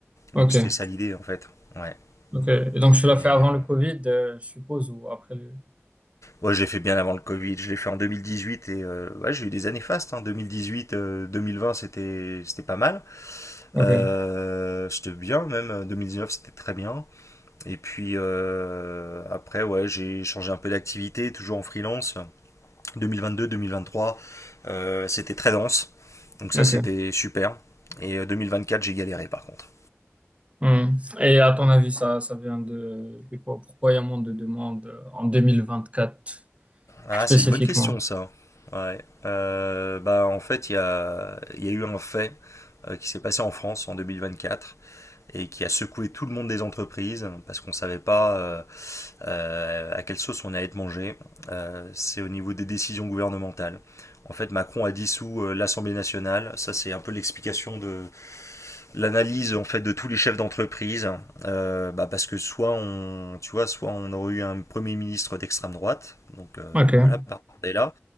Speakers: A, on the right; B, on the left.
A: Ok.
B: Donc c'était ça l'idée en fait. Ouais.
A: Ok. Et donc, tu
B: Et
A: l'as fait avant
B: euh,
A: le Covid, euh, je suppose, ou après le...
B: ouais, je l'ai fait bien avant le Covid. Je l'ai fait en 2018 et euh, ouais, j'ai eu des années fastes. Hein. 2018, euh, 2020 c'était c'était pas mal.
A: Ok.
B: Euh, c'était bien même. deux mille dix neuf c'était très bien. Et puis euh, après, ouais, j'ai changé un peu d'activité, toujours en freelance. 2022, 2023, c'était très dense. Donc ça,
A: Ok.
B: c'était super. Et euh, deux mille vingt quatre j'ai galéré par contre.
A: Hmm. Et à ton avis, ça, ça vient de... de quoi- Pourquoi il y a moins de demandes euh, en 2024
B: Ah,
A: spécifiquement?
B: c'est une bonne question ça. Ouais. Euh, bah, en fait, il y a, il y a eu un fait euh, qui s'est passé en France en 2024 et qui a secoué tout le monde des entreprises parce qu'on ne savait pas euh, euh, à quelle sauce on allait être mangé. Euh, c'est au niveau des décisions gouvernementales. En fait, Macron a dissous euh, l'Assemblée nationale. Ça, c'est un peu l'explication de, l'analyse en fait de tous les chefs d'entreprise euh, bah, parce que soit on tu vois soit on aurait eu un premier ministre d'extrême droite donc euh,
A: Ok.
B: voilà Bardella